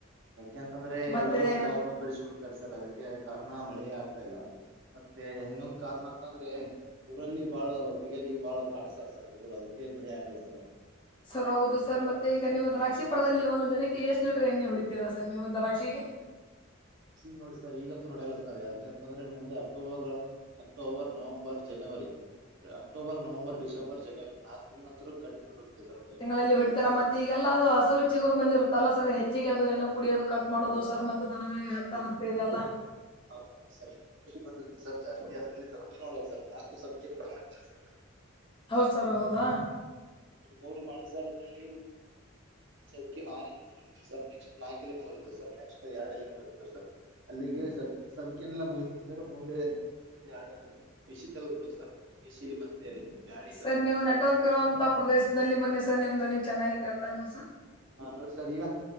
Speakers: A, on the right; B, on the left.
A: ಯಾಕೆಂತಂದ್ರೆ
B: ಮತ್ತೆ
A: ಎಲ್ಲಾರೂ ಗಿಡವನ್ನು ಕಡಿಸಿಬ ಬಿಡ್ತಾರೆ ಸರ್ ಅದಕ್ಕೆ ಕರ್ಣ ಮಳೆ ಆಗ್ತಾ ಇಲ್ಲ ಮತ್ತೆ ಇನ್ನೊಂದ ಕಾರಣ ಅಂತ ಅಂದ್ರೆ ಊರಲ್ಲಿ ಬಾಳ ಹುಡುಗರಿಗೆ ಬಾಳ ಕಾಡ್ತಾರೆ ಸರ್ ಹುಡುಗರ್ ಅದಕ್ಕೆ ಮಳೆ ಆಗಲ್ಲ ಸರ್
B: ಸರ್ ಹೌದು ಸರ್ ಮತ್ತೆ ಈಗ ನಿಮ್ಮ ದ್ರಾಕ್ಷಿ ಪಡದಲ್ಲಿ ಒಂದು ದಿನಕ್ಕೆ ಎಷ್ಟು ಲೀಟರ್ ಎಣ್ಣೆ ಹೊಡಿತೀರಾ ಸರ್ ನೀವು ದ್ರಾಕ್ಷಿಗೆ
A: ಈಗ್ ನೋಡಿ ಸರ್ ಈಗಂತ ನೋಡಲ್ಲ ಸರ್ ಯಾಕೆಂತಂದ್ರೆ ಮುಂದೆ ಅಕ್ಟೋಬರ್ ಆ ಅಕ್ಟೋಬರ್ ನವಂಬರ್ ಜನವರಿ ಅಕ್ಟೋಬರ್ ನವಂಬರ್ ಡಿಸೆಂಬರ್ ಜನವರಿ ನಾಕ್ ತಿಂಗ್ಗಳ ಹಂತತ್ರ ಕಡಿಮೆ ಹೊಡ್ತರ್
B: ಇಲ್ ವೆಡ್ತ ಮ ಈಗೆಲ್ಲ ಅದು ಹಸಿರು ಚಗುರು ಮಂಜುರುತ್ತಲ್ಲ ಸರ್ ಹೆಚ್ಚಿಗೆ ಅದು ಏನೋ ಕುಡಿಯೋದು ಕಟ್ ಮಾಡೋದು ಸರ್ ಮತ್ತೆ ದನಗಳಿಗೆ ಹಾತಾರಂತೆ ಇದೆಲ್ಲ
A: ಹೌದ ಸರಿ ಕುಡಿ ಬಂದಿ ಸರ್ ಜಾಸ್ತಿ ಆದ್ರಲ್ಲಿ ಸಬೆ ನೋಬಬೇಕ ಸ ನಲ್ಕು <unintelligible> ಸಕೆ ಸರ್ ನಾವು.
B: ಹೌದ ಸರ್ ಹೌದಾ
A: ಇದು ಮೂರು ಮಾಡಿ ನಲ್ಲಿ ಸೌಕ್ಕೆ ನಾಲ ಹೊಂದತ ಸರ್ ನೆಕ್ಸ್ಟ್ ನಾಲ್ಕಲ್ಲಿ ಹೊಂದ ಹೊಡ್ತೇವೆ ಸರ್ ನೆಕ್ಸ್ಟ್ ಎರಡಲ್ಲಿ ಸರ್ ಅಲ್ಲಿಗೆ ಸ ಸಬ್ಕನೆಲ್ಲ ಮುಹಿತ ಸರ್ ಮುಂದೆ ಎಡ ಬಿಸಿ ತಗದ್ಬ ಸರ್ ಬಿಸಿ ಮತ್ತೆ ಬ್ಯಾಳಿ
B: ಸರ್
A: ತೆಗೆದ್ಬಿಡು
B: ನೀವು ನೆಟ್ವರ್ಕ್ ಇರೋಂತ ಪ್ರದೇಶದಲ್ಲಿ ಬನ್ನಿ ಸರ್ ನಿಮ್ದೊ ನೀಿ ಚೆನ್ನಾಗಿ ಕೇಳ್ತಾ ಇಲ್ಲ ಸರ್
A: ಹಾ ನೋಡಿ ಸರ್ ಈಗ